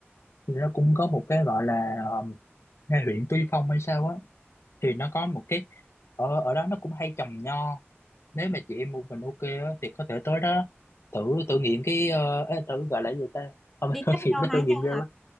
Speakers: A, on the left; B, in the centre.
A: thì nó cũng có một cái gọi là ờ, ngay huyện Tuy Phong hay sao á thì nó có một cái ở ở đó nó cũng hay trồng nho nếu mà chị em một mình ok á, thì có thể tới đó thử thử nghiệm cái ờ, ê, thử gọi là gì ta không
B: Đi
A: phải thử
B: cắt
A: nghiệm
B: nhau
A: nó
B: hái
A: thử nghiệm
B: nhau
A: ghê quá